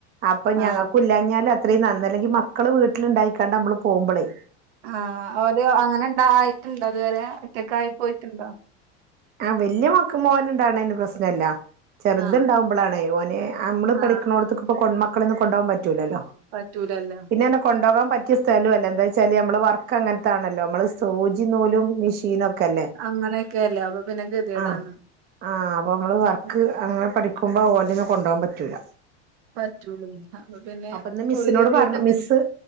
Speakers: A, on the right (about 30°); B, on the right (about 75°).
A: അപ്പൊ ഞങ്ങക്കുല്ലാഞ്ഞാല്
B: ആ
A: അ ത്രീം നന്ന് അല്ലെങ്കി മക്കള് വീട്ടില്ണ്ടായിക്കാണ്ട് അമ്മള് പോമ്പളെയ്
B: ആഹ് ഓര് അങ്ങനെണ്ടയയിട്ട്ണ്ടോ ഇത് വരെ ഒറ്റക്കായി പോയിട്ട്ണ്ടോ?
A: ആഹ് വല്ല്യ മോക്ക് മോന്ണ്ടാവ്ണേന് പ്രശ്നല്ല ചെർത്ണ്ടാവുമ്പളാണെയ്
B: ആ
A: ഓന് അമ്മള്
B: ആ
A: പഠിക്കണോട്ത്ത്ക്ക്പ്പൊ കൊൺ മക്കളൊന്നും കൊണ്ടാവാൻ പറ്റൂലല്ലോ.
B: പറ്റൂലല്ലൊ
A: പിന്നാണെ കൊണ്ടോവാൻ പറ്റിയ സ്ഥലും അല്ല എന്താച്ചാല് നമ്മളെ വർക്ക് അങ്ങൻത്താണല്ലോ നമ്മള് സൂചിം നൂലും മിഷീനൊക്കല്ലേ.
B: അങ്ങനെക്കെയല്ലേ അപ്പൊ പിന്നെ ഗതികേടാണ്
A: ആഹ് ആഹ് അപ്പ മ്മള് വർക്ക്
B: ഉം.
A: അങ്ങനെ പഠിക്ക്മ്പോ ഓലെന്നും കൊണ്ടോവാ പറ്റൂല.
B: പറ്റൂലയ്ന് അപ്പ പിന്നെ
A: അപ്പൊ ഇന്ന് മിസ്സിനോട്
B: ഒര് വീട്ട്ത്തന്നെ
A: പറഞ്ഞു മിസ്സ്